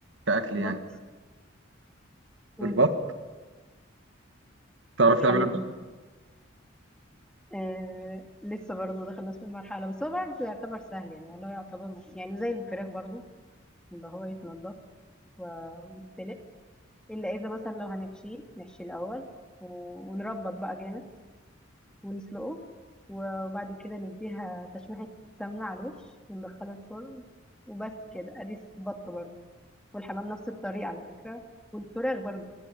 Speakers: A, on the right; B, in the centre.
A: كاكل
B: بط
A: يعني
B: وز
A: البط تعرفي
B: حمام
A: تعملي البط
B: آه لسه برضه دخلناش في المرحلة بس هو برضه يعتبر سهل يعني اللي هو يعتبر مش- يعني زي الفراخ برضه اللي هو يتنضف و- ويتسلق إلا إذا مثلا لو هنحشيه نحشي الأول و- ونربط بقى جامد ونسلقه وبعد كده نديها تشويحة سمنة على الوش وندخله الفرن وبس كده ادي بط برضه والحمام نفس الطريقة على فكرة والفراخ برضه